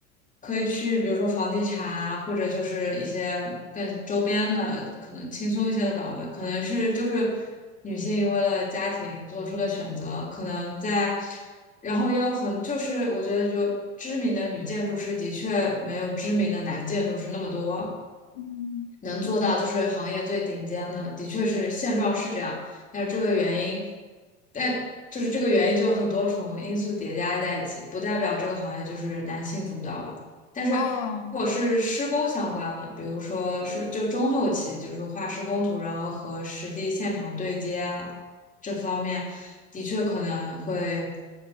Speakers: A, on the left (about 20°); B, on the left (about 65°).
A: 可以去，比如说房地产啊，或者就是一些更周边的，可能轻松一些的岗位，可能是就是女性为了家庭做出的选择，可能在，然后也有很，就是我觉得就知名的女建筑师的确没有知名的男建筑师那么多，
B: 嗯，
A: 能做到就是行业最顶尖的，
B: 我，
A: 的确是现状是这样，但是这个原因，但就是这个原因就很多重因素叠加在一起，不代表这个行业就是男性主导吧。但是如果是施工相关的，
B: 哦，
A: 比如说是就中后期，就是画施工图，然后和实地现场对接啊这方面，的确可能会